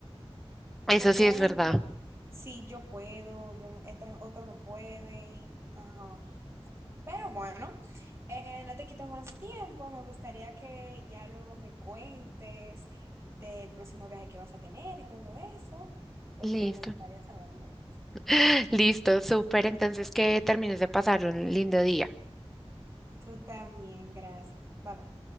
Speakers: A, in the centre; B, on the right.
A: Eso
B: Porque
A: sí es
B: un
A: verdad.
B: ejemplo, si yo puedo, yo no- otro, otro no puede, y, ajá. Pero bueno, eh, no te quito más tiempo. Me gustaría que ya luego me cuentes del próximo viaje que vas a tener y todo eso, porque
A: Listo.
B: me gustaría saber, en verdad.
A: <laughs> Listo, súper. Entonces que termines de pasar un lindo día.
B: Tú también, gracias. Bye bye.